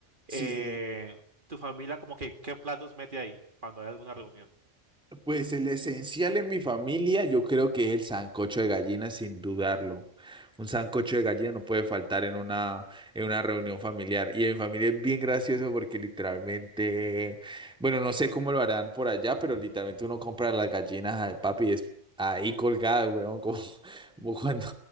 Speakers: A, on the right; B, in the centre.
A: Eh,
B: Sí, sí, sí.
A: tu familia como que, ¿qué platos mete ahí cuando hay alguna reunión?
B: Pues el esencial en mi familia, yo creo que es el sancocho de gallina, sin dudarlo. Un sancocho de gallina no puede faltar en una, en una reunión familiar. Y en mi familia es bien gracioso porque literalmente, bueno, no sé cómo lo harán por allá, pero literalmente uno compra las gallinas al papi y es ahí colgada, weón, como, <laughs> como cuando